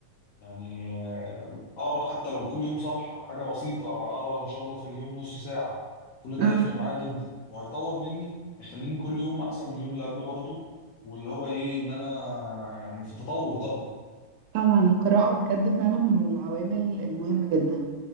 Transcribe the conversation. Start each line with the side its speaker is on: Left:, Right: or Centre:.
Left: يعني آه، اقرا حتى لو كل يوم صفحه حاجه بسيطه اقرا ان شاء الله في اليوم نص ساعه كل
Right: مم.
Left: ده هيفرق معايا جدا وهيطور مني يخليني كل يوم احسن من اليوم اللي قبله برضه واللي هو ايه ان انا يعني في تطور طبعا
Right: طبعا القراءة بجد فعلا من العوامل المهمة جدا